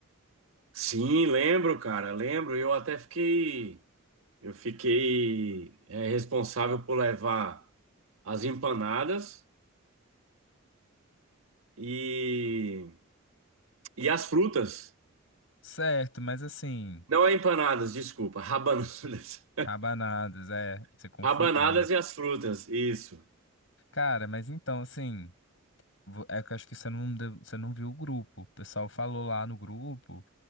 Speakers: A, on the right; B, on the left.
A: Sim, lembro, cara, lembro. Eu até fiquei, eu fiquei é, responsável por levar as empanadas e, e as frutas.
B: Certo, mas assim,
A: Não é empanadas, desculpa, rabanadas.
B: rabanadas, é,
A: <laughs>
B: você confundiu.
A: Rabanadas e as frutas, isso.
B: Cara, mas então, assim, vo- é que eu acho que você não, deu- você não viu o grupo. O pessoal falou lá no grupo